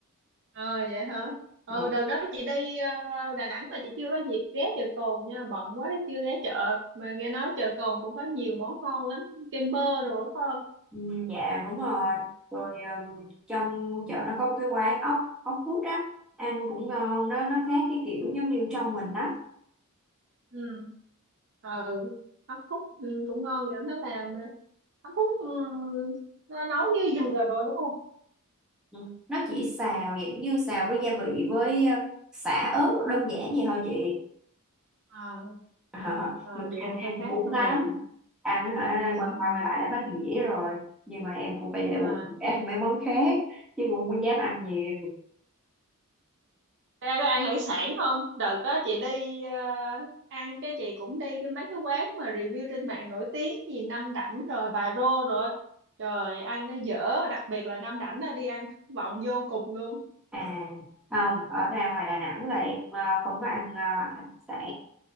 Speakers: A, on the right (about 55°); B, in the centre.
A: à, vậy hả ừ
B: Dạ.
A: đợt đó chị đi ờ, Đà Nẵng mà chị chưa có dịp ghé chợ Cồn nha bận quá chưa ghé chợ mà nghe nói chợ Cồn cũng có nhiều món ngon lắm kem bơ đồ phải không
B: Ừ, dạ đúng rồi rồi um, trong chợ nó có một cái quán ốc ốc hút á ăn cũng ngon đó nó khác cái kiểu giống như
A: ừ
B: trong mình á
A: ừ Ừ, hấp khúc ừ, cũng ngon nữa nó làm ờ, hấp khúc ừ, nó nấu với dừa đồ đúng không
B: Ừ. nó chỉ xào dạng như xào với gia vị với ờ, sả ớt đơn giản vậy thôi chị
A: à,
B: <laughs> Ờ,
A: à
B: nhưng mà
A: vậy
B: ăn
A: là
B: ăn
A: hơi khác
B: cũng
A: trong
B: lắm
A: mình
B: ăn hả
A: ừ,
B: quay
A: ừ.
B: qua quay lại đã hết dĩa rồi nhưng mà em cũng phải để
A: À,
B: bụng <laughs> ăn mấy món khác chứ cũng không có dám ăn nhiều
A: ra có ăn hải sản không đợt đó chị đi ờ, ăn cái chị cũng đi cái mấy cái quán mà review trên mạng nổi tiếng gì Nam Đảnh rồi Bà Rô rồi trời ăn nó dở đặc biệt là Nam Đảnh là đi ăn thất vọng vô cùng luôn
B: à không ở ra ngoài Đà Nẵng là em ờ, không có ăn ờ, hải sản